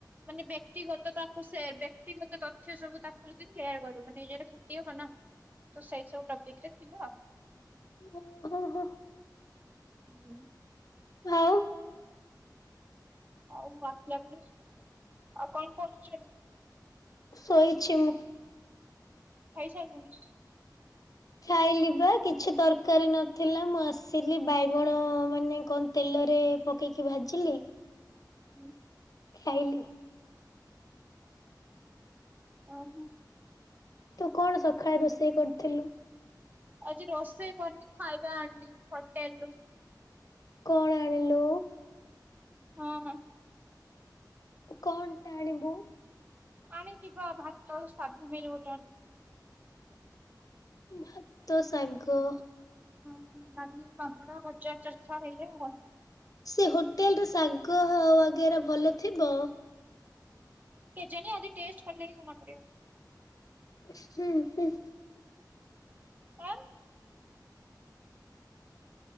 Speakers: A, on the right; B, on the left.
A: ମାନେ ବ୍ୟକ୍ତିଗତ ତାକୁ ସେ ବ୍ୟକ୍ତିଗତ ତଥ୍ୟ ସବୁ ତାକୁ ଯଦି ସେୟାର କରିବ ନିଜର କ୍ଷତି ହବନା। ତ ସୋଇ ସବୁ ଟପିକ ରେ ଥିଲ?
B: ଓ ହୋ କହ।
A: ହୁଁ ଉଁ।
B: ଆଉ
A: ଆଉ ବାକିଆ ଫିସ୍‌ ଆଉ କଅଁ କରୁଚେ ଏବେ?
B: ଶୋଇଛି ମୁଁ।
A: ଖାଇ ସାଇଲିନୁ?
B: ଖାଇଲି ବା କିଛି ତରକାରୀ ନଥିଲା ମୁଁ ଆସିଲି ବାଇଗଣ ଅ ମାନେ କଣ ତେଲରେ ପକେଇକି ଭାଜିଲି
A: ହୁଁ।
B: ଖାଇଲି।
A: ଓହୋ।
B: ତୁ କଣ ସଖାଳେ ରୋଷେଇ କରିଥିଲୁ?
A: ଆଜି ରୋଷେଇ କରିନି ଖାଇବା ଆଣିଲି ହୋଟେଲ ରୁ।
B: କଣ ଆଣିଲୁ?
A: ହଁ ଅଁ।
B: କଣଟା ଆଣିବୁ?
A: ଆଣିଯିବା ଭାତ ସାଧା ମିଳ ଗୋଟେ ଆଣି
B: ଭାତ ଶାଗ।
A: ହଁ ଡାଲି ପାମ୍ପଡ଼ ଭଜା ଚରିଛଅ ହେଲେ ଆଉ କଣ।
B: ସେ ହୋଟେଲ ର ଶାଗ ଅ ବଗେରା ଭଲ ଥିବ?
A: କେଜାଣି ଆଜି ଟେଷ୍ଟ କଲେ ହିଁ ଜଣାପଡିବ।
B: ହୁଁ ହୁଁ।
A: ଆଉ <unintelligible>